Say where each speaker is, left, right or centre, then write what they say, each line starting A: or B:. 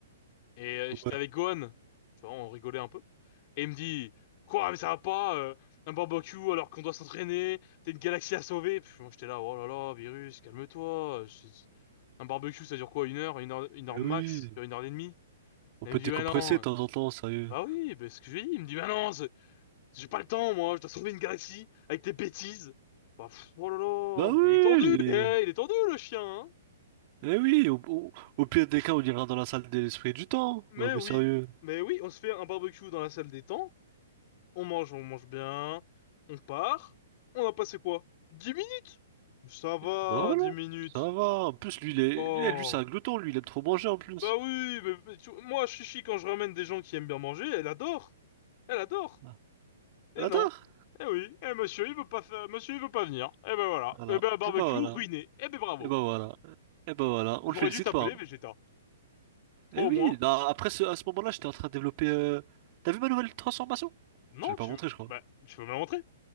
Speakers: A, on the left; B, on the right.
A: Et euh,
B: Ouais.
A: j'étais avec Gohan, tu vois, on rigolait un peu. Et il me dit, quoi, mais ça va pas, euh, un barbecue alors qu'on doit s'entraîner, t'es une galaxie à sauver. Puis moi j'étais là, oh là là, Beerus, calme-toi. euh, C'est- Un barbecue ça dure quoi, une heure, une heure, une
B: Eh
A: heure max,
B: oui,
A: tu vois, une heure et demie?
B: on
A: Et
B: peut
A: il me dit,
B: décompresser
A: ouais, non.
B: de temps en temps, sérieux.
A: Bah oui, bah, c'est ce que je lui ai dit. Il me dit, bah non, j'ai pas le temps, moi, je dois sauver une galaxie avec tes bêtises. Bah, pff, oh là là,
B: Bah oui!
A: mais il est tendu, eh, il est tendu le chien, hein.
B: Eh eh oui, au, au- au pire des cas, on ira dans la salle de l'esprit du temps.
A: Mais
B: Non mais
A: oui,
B: sérieux.
A: mais oui, on se fait un barbecue dans la salle des temps, on mange, on mange bien, on part, on a passé quoi? 10 minutes? Ça va,
B: Bah Voilà,
A: 10 minutes.
B: ça va. En plus, lui, il est-
A: Oh,
B: lui, eh, lui, c'est un glouton, lui, il aime trop manger en plus.
A: bah oui, mais, mais tu- moi, Chichi, quand je ramène des gens qui aiment bien manger, elle adore, elle adore.
B: Ah.
A: Eh
B: Elle adore.
A: non. Eh oui, eh monsieur, il veut pas faire, monsieur, il veut pas venir. Eh ben voilà,
B: Voilà.
A: eh ben barbecue
B: Et bah voilà.
A: ruiné. Eh ben bravo.
B: Et bah voilà. Et bah voilà. On
A: J'aurais
B: le félicite
A: dû t'appeler,
B: pas. hein.
A: Vegeta. Toi
B: Eh
A: au
B: oui,
A: moins.
B: non, après ce- à ce moment-là, j'étais en train de développer. euh, T'as vu ma nouvelle transformation?
A: Non,
B: Je l'ai pas
A: tu
B: montré,
A: veux...
B: je crois.
A: Bah, tu veux me la montrer?